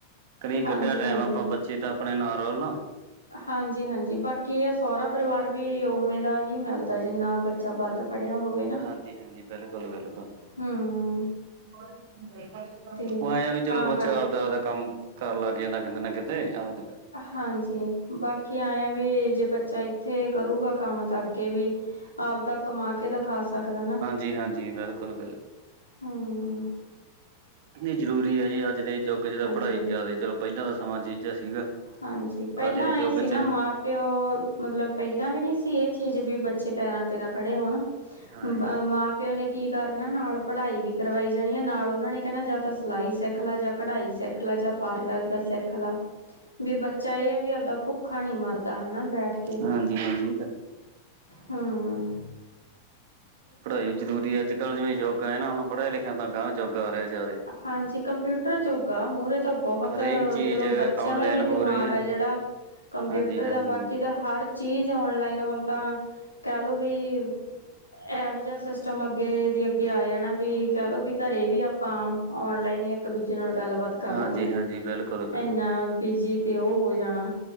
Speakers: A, on the right (about 50°); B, on the left (about 85°).
A: ਕਰੇ ਈ ਕੱਢਿਆ
B: ਹਾਂਜੀ
A: ਟੈਮ
B: ਹਾਂਜੀ
A: ਆਪਾਂ ਬੱਚੇ ਤਾਂ ਅਪਣੇ ਨਾਲ ਰੋਲ ਨਾ।
B: ਹਾਂਜੀ-ਹਾਂਜੀ ਬਾਕੀ ਏ ਸਹੁਰਾ ਪਰਿਵਾਰ ਵੀ ਉਵੇਂ ਦਾ ਹੀ ਮਿਲਦਾ ਜਿੰਨਾ ਬ ਚਾ ਵੱਧ ਪੜਿਆ ਹੋਵੇ। ਨਾ
A: ਹਾਂਜੀ-ਹਾਂਜੀ ਬਿਲਕੁਲ-ਬਿਲਕੁਲ।
B: ਹੂੰ
A: <unintelligible>
B: ਤੇ
A: ਔ ਐਏ ਆ ਵੀ
B: ਤਾਂ
A: ਚਲੋ ਬੱਚਾ
B: ਕਰਕੇ
A: ਆਪਦਾ-ਆਪਦਾ ਕੰਮ ਕਰ ਲੱਗ ਜਾਂਦਾ ਕਿਤੇ ਨਾ ਕਿਤੇ ਆਪਦੇ
B: ਹਾਂਜੀ ਬਾਕੀ ਆਏ ਆ ਵੀ ਜੇ ਬੱਚਾ ਇੱਥੇ ਕਰੂਗਾ ਕੰਮ ਤਾਂ ਅੱਗੇ ਵੀ ਆਵਦਾ ਕਮਾ ਕੇ ਤਾ ਖਾ ਸਕਦਾ ਨਾ।
A: ਜੀ ਹਾਂਜੀ ਬਿਲਕੁਲ-ਬਿਲਕੁਲ।
B: ਹਾਂ।
A: ਨੀ ਜ਼ਰੂਰੀ ਐ ਜੀ ਅੱਜ ਦੇ ਜੁਗ ਚ ਤਾਂ
B: ਹਾਂਜੀ
A: ਪੜ੍ਹਾਈ ਜ਼ਆਦੀ ਚਲੋ ਪਹਿਲਾਂ ਸਮਾਂ ਜੇ ਜਾ ਸੀਗਾ
B: ਹਾਂਜੀ। ਪਇਲਾਂ
A: ਅੱਜ ਦੇ ਯੁੱਗ
B: ਏ ਸੀ
A: ਚ
B: ਨਾ ਮਾਂ ਪਿਓ ਮਤਲਬ ਪਇਲਾਂ ਵੀ ਨੀ ਸੀ ਏਹ ਚੀਜ਼ ਵੀ ਬੱਚੇ ਪੈਰਾਂ ਤੇ ਨਾ ਖੜ੍ਹੇ ਹੋਣ
A: ਹਾਂਜੀ-ਹਾਂਜੀ-ਹਾਂਜੀ,
B: ਬ ਮਾਂ -ਪਿਓ ਨੇ ਕੀ ਕਰਨਾ ਨਾਲ ਪੜਾਈ ਵੀ ਕਰਵਾਈ ਜਾਣੀ ਐ ਨਾਲ ਔਨਾਂ ਨੇ ਕਹਿਣਾ ਜਾਂ ਤਾਂ ਸਲਾਈ ਸਿੱਖ ਲੈ ਜਾਂ ਕਢਾਈ ਸਿੱਖਲਾ ਜਾਂ ਪਾਰਲਰ ਦਾ ਸਿੱਖਲਾ ਵੀ ਬੱਚਾ ਇਹ ਐ ਵੀ ਆਵਦਾ ਭੁੱਖਾ ਨੀ ਮਰਦਾ ਹਨਾ ਬੈਠ
A: ਹਾਂਜੀ- ਹਾਂਜੀ। ਇਹ ਤਾਂ ਹੈ
B: ਹੁੰ।
A: ਪੜਾਈ ਜ਼ਰੂਰੀ ਅਜ- ਕਲ ਜਿਵੇ ਯੁੱਗ ਐ ਨਾ ਹੁਣ ਪੜ੍ਹਿਆ ਲਿਖਆ ਦਾ ਗਾਂਹ ਜੁਗ ਆ ਰਯਾ ਜਾਦਾਈ
B: ਹਾਂਜੀ। ਕੰਪਊਟਰ ਜੂਗ‌ ਆ ਮੂਹਰੇ ਤਾਂ ਬਹੁਤ
A: ਹਰੇਕ ਚੀਜ਼
B: ਚਲੋ ਬੱਚਿਆਂ
A: ਔਨਲਾਈਨ
B: ਦਾ ਵੀ
A: ਹੋ
B: ਦਿਮਾਗ
A: ਰਹੀ ਹੈ।
B: ਐ ਜੇੜਾ ਕੰਪਿਊਟਰ
A: ਹਾਂਜੀ ਹਾਂਜੀ
B: ਦਾ ਬਾਕੀ ਦਾ ਹਰ ਚੀਜ਼ ਔਨਲਾਈਨ ਹੁਣ ਤਾਂ ਕਹਿ ਲੋੋ ਵੀ ਇਹ ਜਾ ਸਿਸਟਮ ਅੱਗੇ ਦੀ ਅੱਗੇ ਆ ਜਾਣਾ ਵੀ ਕਹਿ ਲੋੋ ਕਰੇ ਵੀ ਆ ਆਪਾਂ ਔਨਲਾਈਨ ਈ ਇੱਕ ਦੂਜੇ ਨਾਲ ਗੱਲਬਾਤ ਕਰਾਂਗੇ,
A: ਹਾਂਜੀ ਹਾਂਜੀ ਬਿਲਕੁਲ ਬਿਲਕੁਲ
B: ਇੰਨਾ ਬਿਜੀ ਤੇ ਉਹ ਹੋ ਜਾਣਾ,